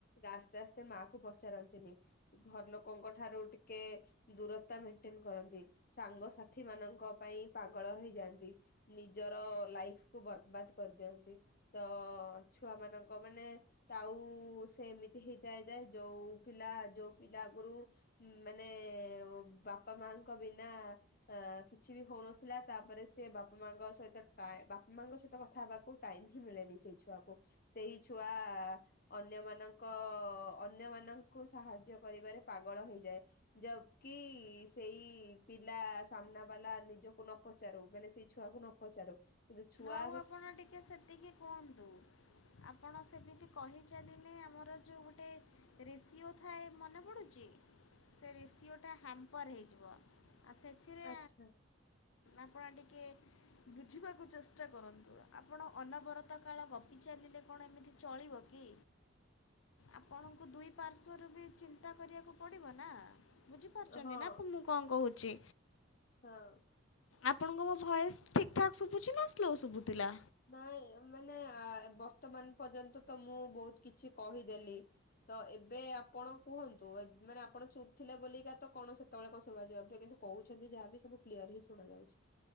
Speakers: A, on the left (about 45°); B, on the left (about 80°).
A: ଆସ୍ତେ ଆସ୍ତେ ମା କୁ ପଚାରନ୍ତିନି ଘର ଲୋକଙ୍କ ଠାରୁ ଟିକେ ଦୂରତା ମେଣ୍ଟେନ କରନ୍ତି ସାଙ୍ଗସାଥି ମାନଙ୍କ ପାଇଁ ପାଗଳ ହେଇଯାନ୍ତି ନିଜର ଲାଇଫ କୁ ବର୍ବାଦ କରିଦିଅନ୍ତି ତ ଛୁଆ ମାନଙ୍କ ମାନେ ତାଉ ସେ ଏମିତି ହେଇଯାଏ ଯେ ଯୋଉ ପିଲା ଯୋଉ ପିଲା ଆଗରୁ ମାନେ ବାପା ମାଙ୍କ ବିନା କିଛି ବି ହଉନଥିଲା ତାପରେ ସେ ବାପା ମାଙ୍କ ସହିତ ବାପା ମାଙ୍କ ସହିତ କଥା। କଥା ହେବାକୁ ଟାଇମ ହିଁ ମିଳେନି ସେଇ ଛୁଆକୁ ସେଇ ଛୁଆ ଅନ୍ୟମାନଙ୍କ ଅନ୍ୟ ମାନଙ୍କୁ ସାହାଯ୍ୟ କରିବାରେ ପାଗଳ ହେଇଯାଏ ଯ କିି ସେଇ ପିଲା ସାମ୍ନା ବାଲା ନିଜକୁ ନ ପଚାରୁ ମାନେ ସେଇ ଛୁଆକୁ ନ ପଚାରୁ କିନ୍ତୁ ଛୁଆ
B: ଆଉ ଆପଣ ଟିକେ ସେତିକି କୁହନ୍ତୁ ଆପଣ ସେମିତି କହିଛନ୍ତି। ଆମର ଯୋଉ ଗୋଟେ ରେସିଓ ଥାଏ ମନେ ପଡୁଛି ସେ ରେସିଓଟା ହ୍ୟାମ୍ପର୍ ହେଇଯିବ ଆଉ ସେଥିରେ
A: ଆଚ୍ଛା।
B: ଆପଣ ଟିକେ ବୁଝିବାକୁ ଚେଷ୍ଟ ଚେଷ୍ଟା କରନ୍ତୁ ଆପଣ ଅନବରତ କାଳ ଗପିଚାଲିଲେ କଣ ଏମିତି ଚଳିବ କି। ଆପଣଙ୍କୁ ଦୁଇ ପାର୍ଶ୍ଵରୁ ବି ଚିନ୍ତା କରିବାକୁ ପଡ଼ିବ ନା। ବୁଝିପାରୁଛନ୍ତି
A: ହଁ
B: ନା ମୁଁ କଣ କହୁଛି।
A: ହଁ।
B: ଆପଣଙ୍କ ମୋ ଭଏସ ଠିକ୍ ଠାକ୍ ଶୁଭୁଛି ନା ସ୍ଲୋ ଶୁଭୁଥିଲା।
A: ନାଇଁ ମାନେ ବର୍ତ୍ତମାନ ପର୍ଯ୍ୟନ୍ତ ତ ମୁଁ ବହୁତ କିଛି କହିଦେଲି। ତ ଏବେ ଆପଣ କୁହନ୍ତୁ ମାନେ ଆପଣ ଚୁପ୍ ଥିଲେ ବୋଲିକା ତ କଣ ସେତେବେଳେ କଣ ସୁବା ଯିବ କିନ୍ତୁ କହୁଛନ୍ତି ଯାହାବି ସବୁ କ୍ଲିୟର ହି ଶୁଣା ଯାଉଛି।